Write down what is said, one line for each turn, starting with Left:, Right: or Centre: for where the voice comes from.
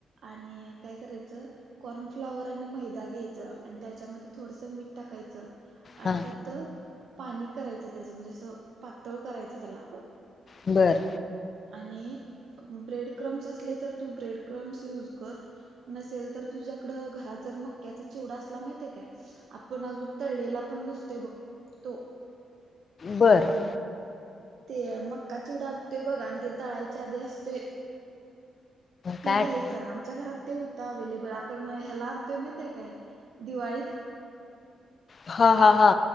Right: आणि काय करायचं. कॉर्नफ्लावर आणि मैदा घ्यायच, आणि त्याच्यामध्ये थोडसं मीठ टाकायचं. आणि,
Left: हा
Right: त्यात पाणी करायचं त्याचं, म्हणजे असं पातळ करायचं त्याला.
Left: बरं,
Right: आणि, ब्रेड क्रम्स असले तर, तू ब्रेड क्रम्स यूज कर. नसेल तर, तुझ्याकडं घरात जर मक्याचा चिवडा असला, माहितीय काय. आपण, अजून तळेला पण नसतोय बघ तो.
Left: बरं,
Right: ते, मक्का चिवडा आणतोय बघ, आणि ते तळाईच्या आधी असतोय. ते
Left: काय
Right: घ्याय
Left: आठ-
Right: - चा आमच्या घरात, ते होत अव्हेलेबल, आपण ह्या ल आणतोय माहितीय काय दिवाळीत.
Left: हा, हा, हा,